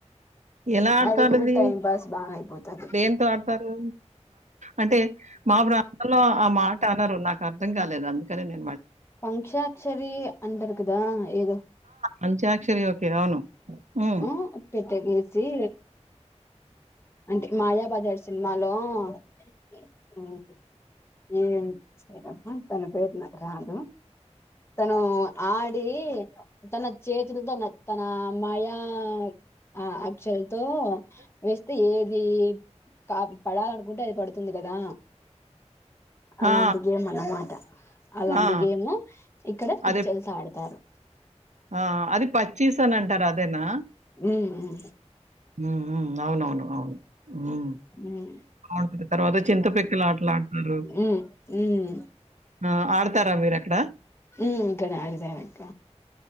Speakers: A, on the right (about 85°); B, on the left (about 20°).
A: ఎలా ఆడతారుది
B: అది కూడా టైం పాస్ బాగా అయిపోతది
A: దేంతో ఆడతారు అంటే మా ప్రాంతంలో ఆ మాట అనరు నాకు అర్ధం కాలేదా మీక్ అది న్
B: పంక్షాక్షరి అంటారు కదా ఏదో
A: అంచక్షరీ ఓకే అవును హ్మ్.
B: ఉ పెట్టకేసి సీ అంటే మాయా బజార్ సినిమాలో ఏ మ్మ్ ఏమ్ తన పేరు నాకు రాదు తను ఆ ఆడి తన చేతులతో తన మాయా ఆ అచుల్ తో వస్ టే ఏది పడ్ పడాలనుకుంటే అది పడుతుంది తుంది కదా అలాంటి
A: ఆ!
B: గేమ్ అన్నమాట అలాంటి
A: ఆ!
B: గేమ్ ఇక్కడ పిచ్చల్
A: అదే
B: తో ఆడతారు
A: ఆ అది పచ్చిస్ అన్ అంటారు అదేనా
B: ఉమ్ ఉమ్
A: మ్మ్ మ్మ్ అవునవును అవును మ్మ్
B: ఉమ్
A: అవును తర్వాత చింతపిచ్చలు ఆటలా ఆడతారు
B: ఉమ్ ఉమ్
A: ఆ ఆడుత తారా మీరు అక్కడ
B: ఉ గణ అడదనక్క